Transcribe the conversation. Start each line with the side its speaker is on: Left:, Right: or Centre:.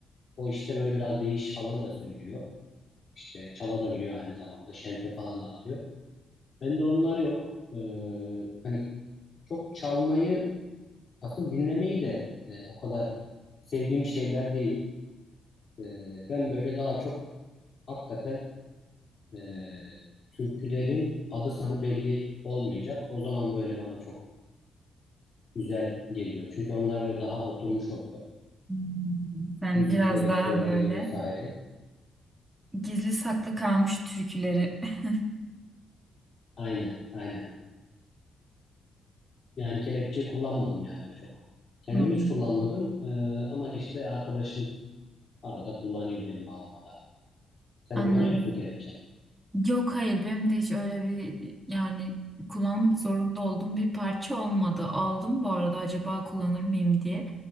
Left: O işte böyle biraz değiş falan da söylüyor. İşte çala da biliyor aynı zamanda. Şelpe falan da atıyor. Bende onlar yok. Ee, hani çok çalmayı aslında dinlemeyi de e, o kadar sevdiğim şeyler değil. Ee, ben böyle daha çok hakikaten e, türkülerin adı sanı belli olmayacak. O zaman böyle bana çok güzel geliyor. Çünkü onlar böyle daha oturmuş oluyor.
Right: Hmm, sen
Left: Müzikleri,
Right: biraz daha
Left: sözleri
Right: böyle
Left: vesaire.
Right: gizli saklı kalmış türküleri. <laughs>
Left: Aynen, aynen. Yani kelepçe kullanmadım ya ben çok. Kendim
Right: Hmm,
Left: hiç kullanmadım e, ama işte arkadaşım arada kullanıyor benim bağlamada. Sen
Right: anladım.
Left: kullanıyor musun kelepçe?
Right: Yok hayır benim de hiç öyle bir yani kullanmak zorunda olduğum bir parça olmadı. Aldım bu arada acaba kullanır mıyım diye. Ya